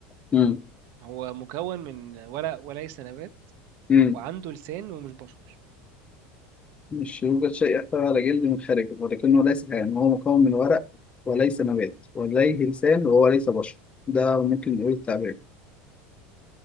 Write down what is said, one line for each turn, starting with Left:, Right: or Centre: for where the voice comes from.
Left: امم
Right: هو مكون من ورق وليس نبات
Left: امم
Right: وعنده لسان ومش بشر
Left: مش يوجد شيء يحتوي على جلد من خارجه ولكنه ليس حيوان وهو مكون من ورق وليس نبات ولديه لسان وهو ليس بشر ده ممكن نقول التعبير